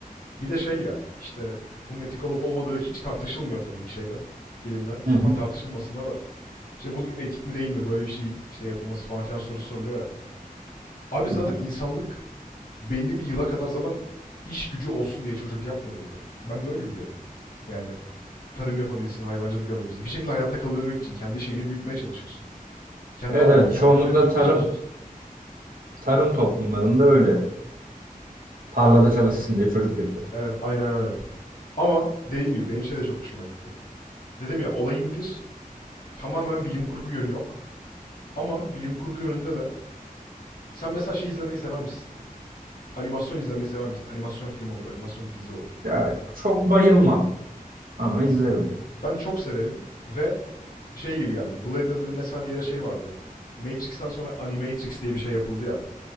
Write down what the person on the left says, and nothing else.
Bir de şey ya işte bunun etik olup olmadığı hiç tartışılmıyor tabii ki şeyde. Filmde. Zaten
tartışılmasında da. İşte bu etik mi değil mi böyle bir şey işte yapılması falan filan soru soruluyor ya. Abi zaten
insanlık belli bir yıla kadar zaten iş gücü olsun diye çocuk yapmıyor muydu? Ben böyle biliyorum. Yani tarım yapabilsin, hayvancılık yapabilsin. Bir şekilde hayatta kalabilmek için kendi şeyini büyütmeye çalışıyorsun. Kendi
aileni,
kendi
kabileni büyütmeye
çalışıyorsun.
Evet, aynen öyle. Ama dediğim gibi benim şey de çok hoşuma gitti. Dedim ya olayın bir tamamen bilim kurgu yönü yok. Ama bilim kurgu yönünde de sen mesela şey izlemeyi sever misin? Animasyon izlemeyi sever misin? Animasyon film olur, animasyon dizi olur.
Ben çok severim ve şey gibi geldi. Blade Runner'ın mesela bir ara şey vardı. Matrix'ten sonra Animatrix diye bir şey yapıldı ya.